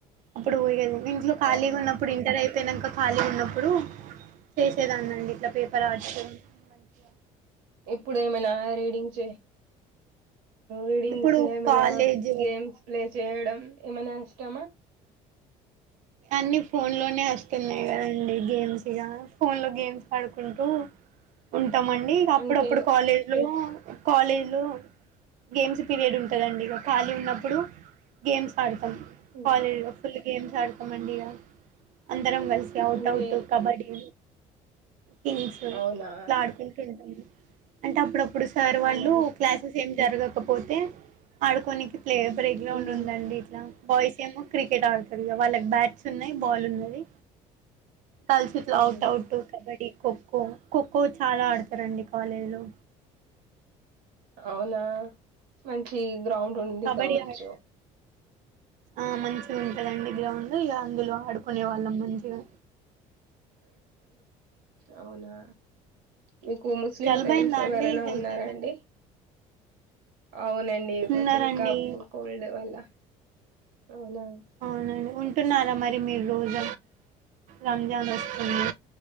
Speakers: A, on the right; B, on the right.
A: అప్పుడు పోయేది ఇంట్లో ఖాళీగాన్నప్పుడు
B: అవునా
A: ఇంటర్ అయి పెన్నాక ఖాళీ ఉన్నప్పుడు చేసేదాన్నిండి ఇట్లా పేపర్ ఆర్ట్స్ మంచిగా
B: ఎప్పుడు మనా రీడింగ్ రీడింగ్స్
A: ఇప్పుడు
B: మనా
A: కాలేజ్
B: గేమ్స్ ప్లేస్ చేయడం ఏమనా ఇష్టమా
A: అన్ని ఫోన్ లోనే వస్తున్నాయి కదండి గేమ్స్ ఇగా ఫోన్ లో గేమ్స్ ఆడుకుంటూ ఉం ఇస్తాంమండి ఇక అప్పుడప్పుడు
B: అంటే
A: కాలేజ్ లో కాలేజ్లో గేమ్స్ పీరియడ్ ఉంటుందండి ఇక ఖాళీ ఉన్నప్పుడు గేమ్స్ ఆడుతు
B: మ్మ్
A: కాలేజ లో ఫుల్ గేమ్స్ ఆ మండి ఇగ అం అందరం కలిసి ఔట్
B: అంటే
A: అవుట్ కబడ్డీ హింగ్స్
B: అవునా
A: ఇట్లా ఆడుకుంటూ ఉంటాము అంటే అప్పుడప్ప ఇప్పుడు సార్
B: అవునా
A: వాళ్ళు క్లాసెస్ ఏం జరగకపోతే ఆడుకోనే కి ప్లే బ్రేక్ గ్రౌండ్
B: మ్మ్
A: ఉందండి ఇట్లా బాయస్ ఏమో క్రికెట్డుతరు వాళ్ళ బ్యాట్స్ ఉన్నాయి బాల్ ఉన్నది కల్చట్లు
B: అవునా
A: ఔట్ ఔట్ కబడ్డీ ఈ ఖో ఖో, ఖో ఖోో చాలా ఆడతారండి కాలేజీలో
B: అవునా మంచి గ్రౌండ్ ఉందికావచ్చు
A: కబడ్డీ ఆడ ఆ మంచిగా ఉంటుందండి గ్రౌండ్ ఇక అందులో ఆడుకునే వాళ్ళం మంచిగా
B: అవునా మీకు ముస్లిం
A: జలుబయిందా
B: ఫ్రెండ్స్ ఎవరనా
A: అండి హెల్త్
B: ఉన్నారా అండి అవునండి కొంచెం
A: ఉన్నారండి
B: కఫ్ కోల్డ్ వల్ల అవునా
A: అవునండి ఉంటున్నారా మరి మీరు రోజ రంజాన్ వస్తుంది